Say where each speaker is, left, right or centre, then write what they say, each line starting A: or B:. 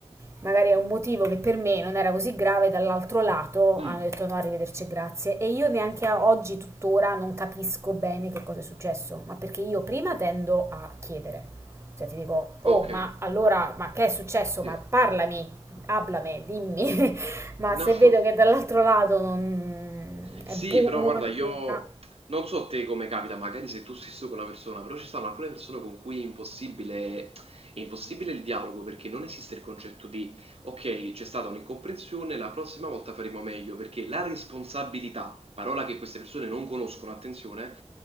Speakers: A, on the right; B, on the right.
A: magari è un motivo che per me non era così grave, dall'altro lato
B: Mm,
A: hanno detto no, arrivederci, grazie. E io neanche a oggi, tuttora, non capisco bene che cosa è successo, ma perché io prima tendo a chiedere. Cioè ti dico, oh,
B: ok,
A: ma allora, ma che è successo?
B: sì.
A: Ma parlami, hablame, dimmi. <laughs> ma se
B: No.
A: vedo
B: <laughs>
A: che dall'altro lato non...
B: Sì,
A: è un pu-
B: però
A: muro
B: guarda,
A: di
B: io
A: pietra,
B: non so te come capita, magari sei tu stesso con la persona, però ci sono alcune persone con cui è impossibile, è impossibile il dialogo perché non esiste il concetto di ok, c'è stata un'incomprensione, la prossima volta faremo meglio, perché la responsabilità, parola che queste persone non conoscono, attenzione,